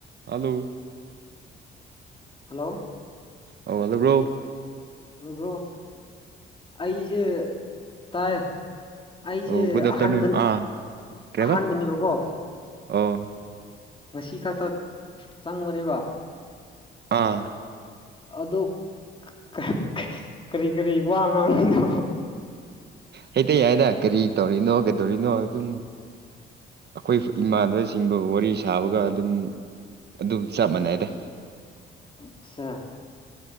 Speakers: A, on the right; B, on the left.
A: ꯍꯜꯂꯣ
B: ꯍꯜꯂꯣ
A: ꯍꯧꯒꯠꯂꯕ꯭ꯔꯣ
B: ꯗ‌ꯣ ꯕ꯭ꯔꯣ ꯎꯝ ꯑꯩꯁꯦ ꯇꯥꯏ ꯑꯩꯁꯦ
A: ꯑ‌ꯣ ꯒꯨꯠꯑꯥꯞꯇꯔꯅꯨꯟ
B: ꯑꯍꯥꯟꯕ
A: ꯑꯥ ꯀꯩꯕꯥ
B: ꯑꯍꯥꯟꯕꯅꯦꯕꯀꯣ
A: ꯑꯣ <inaudible>
B: ꯉꯁꯤ ꯈꯛꯇ ꯆꯪꯕꯅꯦꯕ
A: ꯑꯥ
B: ꯑꯗꯨ ꯀꯩ ꯀꯩ ꯀꯔꯤ ꯀꯔꯤ ꯋꯥ ꯉꯥꯡꯗꯨꯏꯅꯣ
A: ꯍꯩꯇꯩ ꯌꯥꯏꯗ ꯀꯔꯤ ꯇꯧꯔꯤꯅꯣ ꯀꯩꯗꯧꯔꯤꯅꯣ ꯑꯗꯨꯝ ꯑꯈꯣꯏ ꯏꯃꯥꯟꯅꯕ‌ ꯁꯤꯡꯗꯣ ꯋꯥꯔꯤ ꯁꯥꯕꯒ ꯑꯗꯨꯝ ꯑꯗꯨꯝ ꯆꯞ ꯃꯥꯟꯅꯩꯗ
B: ꯑꯠꯆꯥ